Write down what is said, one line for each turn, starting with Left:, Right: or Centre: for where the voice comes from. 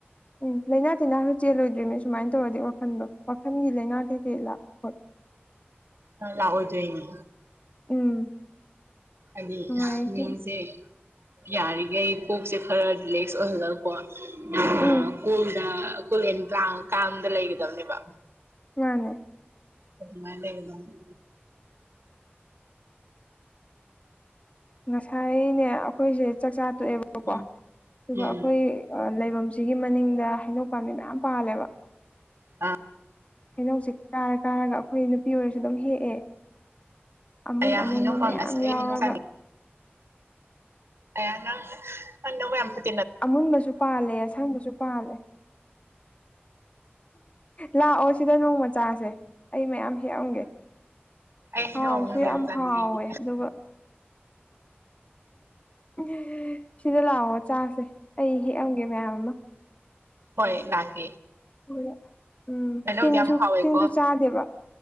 Left: ꯎꯝ ꯂꯩꯥꯅꯥ ꯇꯤꯟꯅꯥꯁꯨ ꯆꯦꯜꯂꯣꯏꯗ꯭ꯔꯤꯅꯦ ꯁꯨꯃꯥꯏꯅ ꯇꯧꯔꯗꯤ ꯋꯥꯈꯟꯗꯣ ꯋꯥꯥꯈꯜꯒꯤ ꯂꯥꯏꯅꯥ ꯀꯩꯀꯩ ꯂꯥꯛ ꯍ‌ꯣꯏ
Right: ꯂꯥꯛꯑꯣꯏꯗꯨꯏꯅꯤ
Left: ꯎꯝ
Right: ꯍꯥꯏꯗꯤ
Left: ꯅꯨꯡꯉꯥꯏꯁꯤꯅ
Right: ꯃꯤꯁꯦ ꯌꯥꯔꯤꯒꯩ ꯀꯣꯛꯁꯦ ꯈꯔ ꯔꯤꯂꯦꯛꯁ ꯑꯣꯏꯍꯜꯂꯒꯀ‌ꯣ
Left: ꯎꯝ
Right: ꯀꯨꯜꯗ ꯀꯨꯜ ꯌ‌ꯦꯟ ꯀꯥꯝ ꯀꯥꯝꯗ ꯂꯩꯒꯗꯕꯅꯦꯕ
Left: ꯃꯥꯅꯦ
Right: ꯑꯗꯨꯃꯥꯏ ꯂꯩꯒꯗꯕꯅ‌ꯦ
Left: ꯉꯁꯥꯏꯅꯦ ꯑꯩꯈꯣꯏꯁꯦ ꯆꯥꯛꯆꯥ ꯇꯣꯛꯑꯦꯕ ꯑꯣꯀꯣ
Right: ꯎꯝ
Left: ꯑꯗꯨꯒ
Right: ꯎꯝ
Left: ꯑꯩꯈꯣꯏ ꯂꯩꯕꯝꯁꯤꯒꯤ ꯃꯅꯤꯡꯗ ꯍꯩꯅꯧ ꯄꯥꯝꯕꯤ ꯃꯌꯥꯝ ꯄꯥꯜꯂꯦꯕ
Right: ꯑ
Left: ꯍꯩꯅꯧꯁꯦ ꯀꯥꯔ ꯀꯥꯔꯒ ꯑꯩꯈꯣꯏ ꯅꯨꯄꯤ ꯑꯣꯏꯔꯁꯨ ꯑꯗꯨꯝ ꯍꯦꯛꯑꯦ ꯑꯃꯨꯟ
Right: ꯑꯩꯌꯥ
Left: ꯑꯃꯨꯟꯕ
Right: ꯍꯩꯅꯧ ꯄꯥꯝꯃꯦ
Left: ꯃꯌꯥꯝ
Right: ꯑꯁ ꯑꯩ
Left: ꯌꯥꯎꯔꯒ
Right: ꯍꯩꯅꯧ ꯑꯌꯥ ꯅꯪ ꯅꯪ ꯅꯕꯨꯛ ꯌꯥꯝ ꯐꯠ
Left: ꯑꯃꯨꯟꯕꯁꯨ ꯄꯥꯜꯂꯦ ꯑꯁꯪꯕꯁꯨ ꯄꯥꯜꯂꯦ ꯂꯥꯛꯑꯣ ꯁꯤꯗ ꯅꯣꯡꯃ ꯆꯥꯁꯦ ꯑꯩ ꯃꯌꯥꯝ ꯍꯦꯛꯑꯝꯒꯦ
Right: ꯑꯩ ꯍꯩꯅꯧ
Left: ꯍꯥꯎꯁꯨ
Right: ꯑꯃꯨꯟꯕ
Left: ꯌꯥꯝ
Right: ꯆꯥꯅꯤꯡꯉꯦ
Left: ꯍꯥꯎꯋꯦ
Right: ꯑꯩꯗꯤ
Left: ꯑꯗꯨꯒ ꯑ ꯁꯤꯗ ꯂꯥꯛꯑꯣ ꯆꯥꯁꯦ ꯑꯩ ꯍꯦꯛꯑꯝꯒꯦ ꯃꯌꯥꯝ ꯑꯃ
Right: ꯍꯣꯏ ꯂꯥꯛꯀꯦ
Left: ꯍ ꯎꯝ
Right: ꯍꯩꯅꯧꯗꯤ
Left: ꯇꯤꯟꯁꯨ
Right: ꯌꯥꯝ ꯍꯥꯎꯋꯦꯀꯣ
Left: ꯇꯤꯟꯁꯨ ꯆꯥꯗꯦꯕ